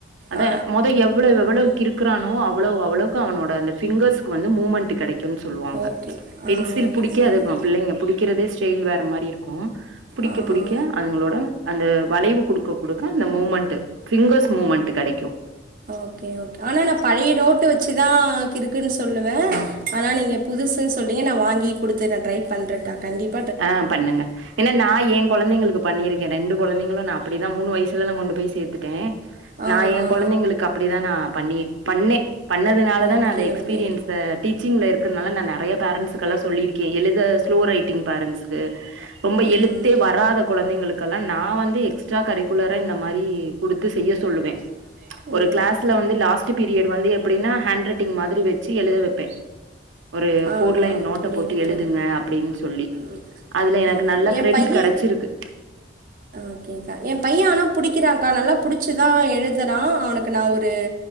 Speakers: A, on the right (about 80°); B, on the right (about 45°).
A: அதே
B: ஆ
A: மொத எவ்வள எவ்வளவ் கிருக்குறானோ அவ்வளவ் அவ்வளவ் க்கு அவனோட அந்த ஃபிங்கஸ்க்கு வந்து மூமண்ட்டு கடைக்குன் சொல்லுவாங்க
B: ஓகே ஆ
A: பென்சில்
B: ஓகே
A: புடிக்க
B: ஓகே
A: அதுக்ராம் ள்ளய்ங்க புடிக்கிறதே ஸ்டைல் வேற மாரி இருக்கு புடிக்க
B: ஆ
A: புடிக்க அய்ங்களோட அந்தவ் வளைவு குடுக்க குடுக்க அந்த மூமண்ட்டு ஃபிங்கஸ் மூமண்ட்டு கடைக்கு
B: ஓகே ஓகே ஆனா நா பழைய நோட்டு வச்சுதா கிருக்குன் சொல்லுவே
A: ம்
B: ஆனா நீங்க புதுஸ் து சொல்லி நா வாங்கி குடுத்துரே ட்ரை பண்றேக்கா கண்டிப்
A: ஆ பண்ணுங்க ஏன்னா நா ஏ கொழந்தைங்களுக்குப் பண்ணிருக்கே ரெண்டு கொழந்தைங்களு நா அப்படிதா மூனு வய்சுல நா கொண்டு போய் சேத்துட்டே
B: ஆ ஆ
A: நா ஏ கொந்தைங்களுக்கு அப்படிதா நா பண்ணி பண்ணே பண்ணதுனாலதா
B: ஓகே
A: நா அத எக்ஸ்பீரியன்ஸ் ஸு டீச்சிங்ல இருக்கறனால நா நறைய பேரண்ஸ்ஸுக்கல்லா
B: ஓகே
A: சொல்லிருக்கே எழுத ஸ்லோ ரைட்டிங் பேரண்ட்ஸ்கு ரொம்ப
B: பேரண்ட்ஸ்க்கு ம்
A: எழுத்தே வராத கொழந்தைங்களுக்கல்லா நா வந்து எக்ஸ்ட்ரா கரிக்குலரா இந்த மாரி குடுத்து செய்ய சொல்லுவே
B: சொல்லுவேன்
A: ஒரு கிளாஸ்ல
B: ம்
A: வந்து லாஸ்ட் பீரியட் வந்து எப்படின்னா ஹேண்ட் ரைட்டிங் மாதிரி வெச்சு எழுத வெப்பே ஒரு
B: ஆ
A: போர்
B: ஆ
A: லைன் நோட்ட
B: புரியுது
A: போட்டு எழுதுங்க
B: புரி
A: அப்படின் சொல்லி
B: ம்
A: அதுல எனக்கு
B: ம்
A: நல்ல
B: ஏ
A: கிரெடிட்
B: பைய
A: கெடச்சிருக்கு
B: ஓகேக்கா ஏ பைய அனா புடிக்குதாங்க்கா நல்லா புடிச்சுதா எழுதுறா அவனுக்கு நா ஒரு